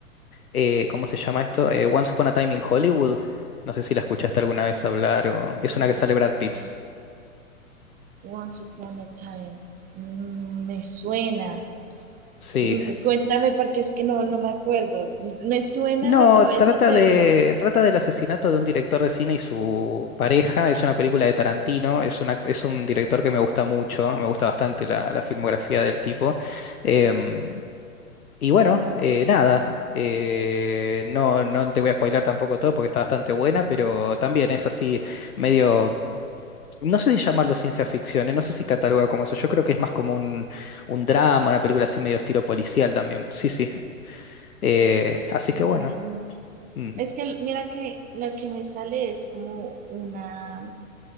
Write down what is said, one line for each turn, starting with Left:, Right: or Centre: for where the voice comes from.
Left: eh, ¿cómo se llama esto? Eh, Once Upon a Time in Hollywood. No sé si la escuchaste alguna vez hablar o
Right: no
Left: es una que
Right: no
Left: sale
Right: sé
Left: Brad Pitt.
Right: cómo. Once Upon a Time. Mm, me suena.
Left: Sí.
Right: Mm, Cuéntame porque es que no, no me acuerdo. Me suena
Left: No,
Right: en la cabeza,
Left: trata
Right: pero
Left: de trata del asesinato de un director de cine y su pareja. Es una película de Tarantino. Es una, es un director que me gusta mucho. Me gusta bastante la, la filmografía del tipo. Em, Y bueno, eh, nada, eh, no, no te voy a spoilar tampoco todo porque está bastante buena, pero también es así medio, no sé si llamarlo ciencia ficción, eh, no sé si cataloga como eso, yo creo que es más como un, un drama, una película así medio estilo policial también, sí, sí. Eh,
Right: ok.
Left: así que bueno,
Right: mm,
Left: mm.
Right: Es que l- mira que lo que me sale es como una,